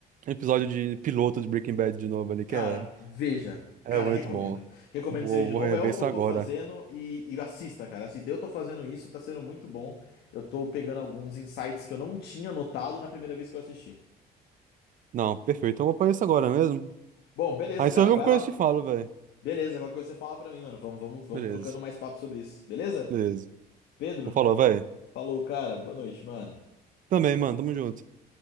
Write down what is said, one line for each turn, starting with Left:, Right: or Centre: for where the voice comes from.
Right: Episódio de piloto de Breaking Bad de novo ali, que
Left: Cara,
Right: é,
Left: veja.
Right: é
Left: Cara,
Right: muito
Left: recomendo.
Right: bom.
Left: Recomendo
Right: Vou,
Left: você ver de
Right: vou
Left: novo.
Right: rever
Left: É o
Right: isso
Left: que eu tô
Right: agora.
Left: fazendo e, e assista, cara. Assista. Eu tô fazendo isso, tá sendo muito bom. Eu tô pegando alguns insights que eu não tinha notado na primeira vez que eu assisti.
Right: Não, perfeito. Então eu vou fazer isso agora mesmo.
Left: Bom, beleza,
Right: Aí
Left: cara.
Right: se eu ver
Left: Vai
Right: uma coisa
Left: lá.
Right: eu te falo, velho.
Left: Beleza, qualquer coisa você fala pra mim, mano. Vamos, vamos, vamos
Right: Beleza,
Left: trocando mais papo sobre isso. Beleza?
Right: beleza.
Left: Pedro,
Right: Vou falar, velho.
Left: falou, cara. Boa noite, mano.
Right: Também, mano. Tamo junto.